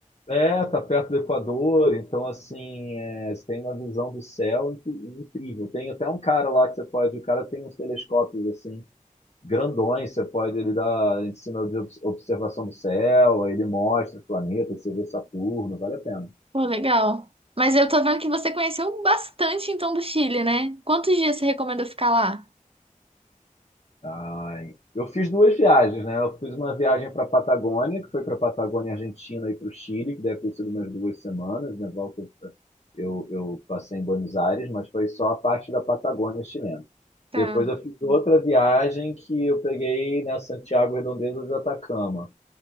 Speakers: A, on the left (about 50°); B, on the right (about 45°).
A: é, tá perto do Equador, então assim, é, você tem uma visão do céu inc- incrível. Tem até um cara lá que você pode, o cara tem uns telescópios assim grandões, você pode, ele dá ensino de obs- observação do céu, aí ele mostra os planetas, você vê Saturno, vale a pena.
B: Pô, legal. Mas eu tô vendo que você conheceu bastante então do Chile, né? Quantos dias você recomendou ficar lá?
A: Ai, eu fiz duas viagens, né? Eu fiz uma viagem para a Patagônia, que foi para a Patagônia Argentina e para o Chile, que deve ter sido umas duas semanas, né? Volta, eu, eu passei em Buenos Aires, mas foi só a parte da Patagônia chilena.
B: Tá.
A: Depois eu fiz outra viagem que eu peguei na Santiago Redondeza de Atacama.